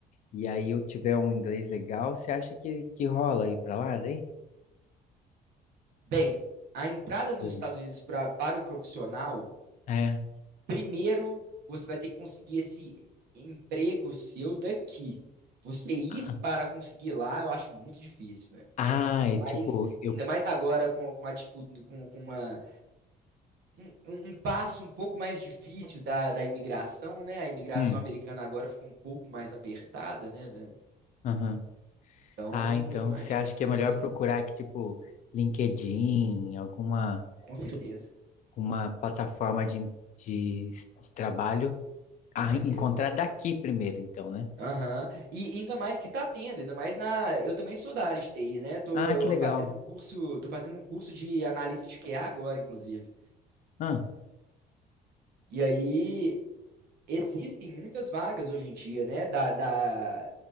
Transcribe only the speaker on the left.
e aí eu tiver um inglês legal, você acha que, que rola aí pra lá daí?
Pros-
É.
Ah,
ah,
é
tipo, eu.
Hum,
aham.
Ah, então
você acha que
é melhor procurar aqui, tipo, LinkedIn, alguma
uma plataforma de, de de trabalho,
a
encontrar daqui primeiro, então, né?
Ah, que legal.
Ah,